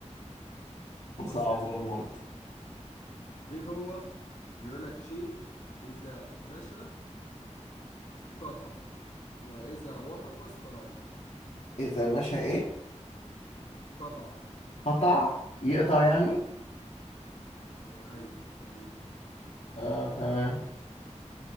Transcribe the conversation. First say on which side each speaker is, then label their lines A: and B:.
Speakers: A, on the left; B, on the left.
A: بص
B: <laughs> صعب
A: يا سيدي
B: اموت
A: ايه هو بيقولك شيء اذا مشى قطع واذا وقف استراح
B: اذا مشى ايه
A: قطع
B: قطع يقطع يعني
A: اه آه، ايوه تقريبا يعني.
B: اه تمام